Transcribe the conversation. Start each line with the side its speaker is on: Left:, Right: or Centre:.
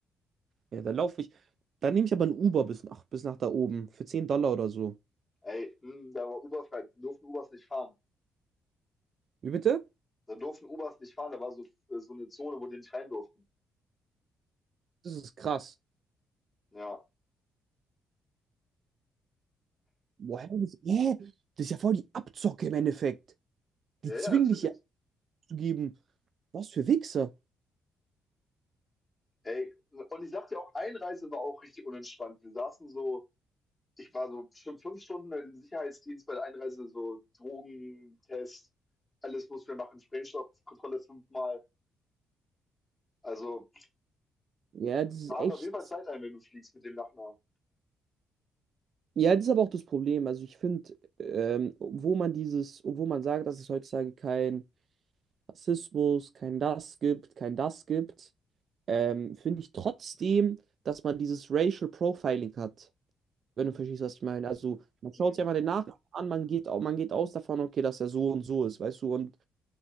Right: Ja, da laufe ich. Da nehme ich aber ein Uber bis nach, bis nach da oben. Für 10 Dollar oder so.
Left: Ey, hm, da war Uberfrei, durften Ubers nicht fahren.
Right: Wie bitte?
Left: Da durften Ubers nicht fahren, da war so äh, so eine Zone, wo die nicht rein durften.
Right: Das ist krass.
Left: Ja.
Right: Woher? Das, hä? Das ist ja voll die Abzocke im Endeffekt.
Left: Ja,
Right: Die zwingen
Left: ja, natürlich.
Right: dich ja abzugeben. Was für Wichser.
Left: Ey, und ich sag dir auch, Einreise war auch richtig unentspannt. Wir saßen so ich war so bestimmt 5 Stunden bei dem Sicherheitsdienst bei der Einreise, so Drogentest, alles mussten wir machen, Sprengstoffkontrolle fünfmal. Also
Right: Ja, das ist
Left: Plan
Right: echt.
Left: auf jeden Fall Zeit ein, wenn du fliegst mit dem Nachnamen.
Right: Ja, das ist aber auch das Problem. Also ich finde, ähm, obwohl man dieses, obwohl man sagt, dass es heutzutage kein Rassismus, kein das gibt, kein das gibt, ähm, finde ich trotzdem, dass man dieses Racial Profiling hat, wenn du verstehst, was ich meine. Also man schaut
Left: Mhm.
Right: sich einfach den Nachnamen an, man geht, au- man geht aus davon, okay, dass er so und so ist, weißt du? Und